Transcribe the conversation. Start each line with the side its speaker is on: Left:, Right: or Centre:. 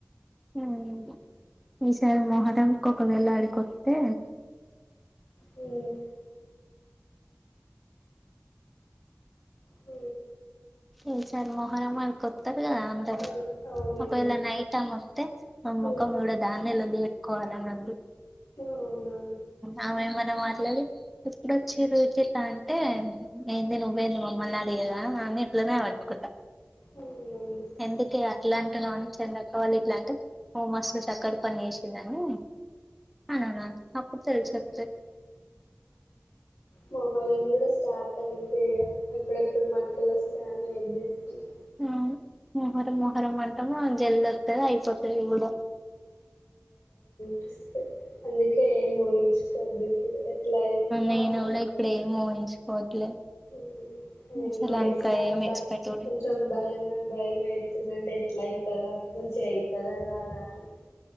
Centre: మ్ ఈసారి మొహటంకి ఒకవేళ అడికొస్తే
Left: మ్మ్ మ్
Centre: ఈ సరి మోహరం వరకొత్తరు కదా అందరు
Left: అవు అవునండి
Centre: ఒకవేళ నైట్ టైమ్ అమోతే ఆమె
Left: మ్మ్
Centre: ముఖం చుడ దాన్నే లొల్లి పెట్టుకోవాలి అని అంది
Left: అవునా
Centre: ఆమె ఏమన్న మాట్లడి ఎప్పుడుొచ్చిర్రు ఇట్లిట్ల అంటే ఏంది నువ్వేది మా మ్మల్న్నడిగేదన్ అని ఇట్లనేే పట్కుంట
Left: అవునండి
Centre: ఎందుకే అట్లాంటున్నవ్ అనని చందక్కా వాళ్లు ఇట్లాంటే నువ్ మస్తు చక్కటి పని చెస్ సిందని అనన్నాను అప్పుడు తెలీసోతది
Left: ఉమ్, మోహరం కూడా స్టార్ట్ అయింది ఇగ ఎప్పుడెప్పుడు మట్కలోస్తాయని వెయిట్ చేస్తున్నా
Centre: ఆ మొహరం మొహరం అంటము అది జెల్ది ఒతది అయిపోతది కూడ
Left: పుస్తక్ అందుకే ఏం ఊహించుకోద్దు ఇప్పుడు ఎట్లా అఇందో
Centre: నేను
Left: అట్లానే
Centre: కూడా ఇప్పుడు
Left: అయిద్ధి
Centre: ఏం ఊహించుకోవట్లేదు
Left: మ్ హు
Centre: అసలు
Left: మ
Centre: అంత
Left: ఈ సారి
Centre: ఏం
Left: బా
Centre: ఎక్స్పెక్ట్ కూడా
Left: కొంచం భయమే భయమై దంటే ఎట్లైదా మంచిగా అయితదా కాదా అని